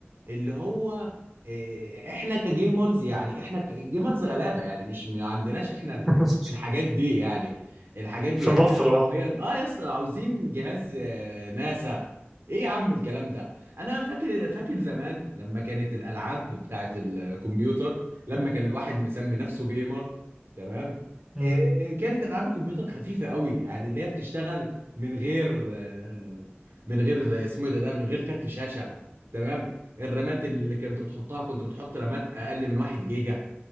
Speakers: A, on the right; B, in the centre.
A: اللي هو آه، احنا كجيمرز يعني احنا كجيمرز غلابه يعني مش ما عندناش احنا ال-
B: <laughs>
A: الحاجات دي يعني الحاجات دي
B: في
A: يعني
B: مصر
A: حرفيا
B: اه
A: اه يا اسطى عاوزين جهاز آه، ناسا ايه يا عم الكلام ده انا فاكر فاكر زمان لما كانت الالعاب بتاعت الكمبيوتر لما كان الواحد مسمي نفسه جيمر تمام
B: مم.
A: آه، كانت العاب الكمبيوتر خفيفه قوي يعني اللي هي بتشتغل من غير آه، من غير اسمه إيه ده ده من غير كارت شاشه تمام الرامات اللي كانت بتحطها كنت بتحط رامات اقل من 1 جيجا